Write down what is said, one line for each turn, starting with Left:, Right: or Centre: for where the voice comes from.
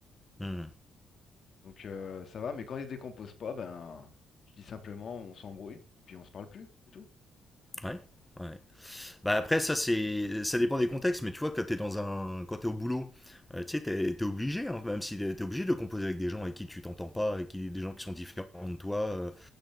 Centre: Hmm.
Left: Donc euh, ça va, mais quand il se décompose pas, ben je dis simplement on s'embrouille et puis on se parle plus, c'est tout.
Centre: Ouais. Ouais. Bah après ça c'est ça dépend des contextes mais tu vois quand t'es dans un quand t'es au boulot euh, tu sais t'es t'es obligé hein, même si t'es t'es obligé de composer avec des gens avec qui tu t'entends pas avec qui des gens qui sont différents de toi euh,